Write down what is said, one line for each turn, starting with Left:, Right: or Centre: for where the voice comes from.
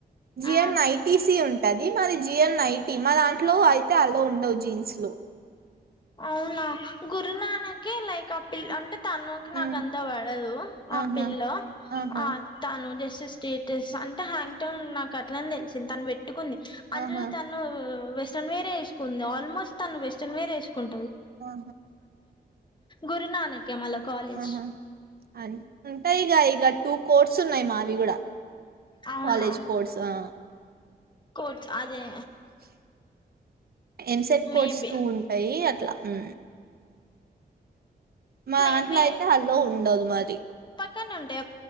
Right: జిఎన్
Left: ఆ
Right: ఐటిసి ఉంటది మది జిఎన్ ఐ ఏ మా దాంట్లో అయితే అల్లో ఉండవు జీన్స్ లు
Left: అవునా గురునానక్ లైక్ అప్పిల్ అంటే తనకి నాక
Right: ఉమ్
Left: అంత పడదు ఆ
Right: ఆహా
Left: పిల్ల
Right: ఆహా
Left: ఆ తను స్టేటస్ అంటే హ్యాంగ్ టౌంగ్ నాకు అట్లానే తెలిసింది తను పెట్ పెట్టుకుంది అందులో
Right: ఆహా
Left: తను వెస్ట్రన్ వేరేసుకుంది ఆల్మోస్ట్ తను వెస్ట్రన్ వేర్ వేసుకుంట
Right: ఆహ
Left: గురునానకే మళ్ళ కాలేజ్
Right: ఆహా అ ఉంటా ఇక ఇక టూ కోర్స్ ఉన్నాయి మావి కూడా
Left: అవునా
Right: కాలేజ్ కోర్స్ ఆ
Left: కోర్స్ ఆది అదే
Right: ఎంసెట్ కోర్స్
Left: మేబి
Right: టూ ఉంటాయి. ఇట్లా హు మా
Left: మేబి
Right: దాంట్లో అయితే అల్లో ఉండదు మరి
Left: పక్కన ఉండే